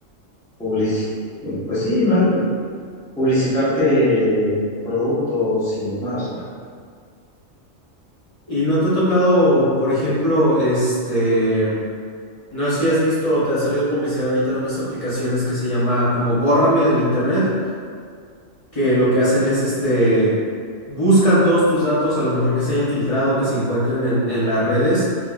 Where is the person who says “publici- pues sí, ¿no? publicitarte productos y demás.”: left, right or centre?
Centre